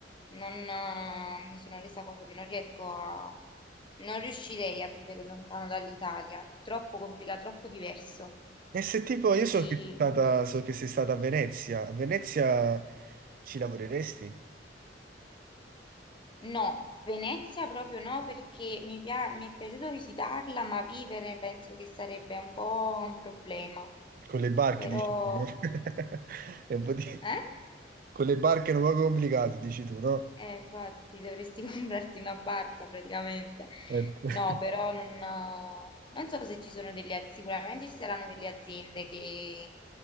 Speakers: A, on the left; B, on the right.
A: non, eh, mi sono resa conto che non riesco a... non riuscirei a vivere lontano dall'Italia, è troppo complicato, troppo diverso.
B: E se tipo,
A: Quindi
B: io so che sei stata, so che sei stata a Venezia, a Venezia ci lavoreresti?
A: no, Venezia proprio no, perché mi pia- mi è piaciuto visitarla, ma vivere penso che sarebbe un po' un problema.
B: Con le barche,
A: Però...
B: dici tu, no? <laughs> È un po' di-
A: Eh?
B: Con le barche è un po' complicato, dici tu, no?
A: Eh, infatti dovresti <laughs> comprarti una barca praticamente.
B: Ecco. <laughs>
A: No, però non, non so se ci sono delle aziende, sicuramente ci saranno delle aziende che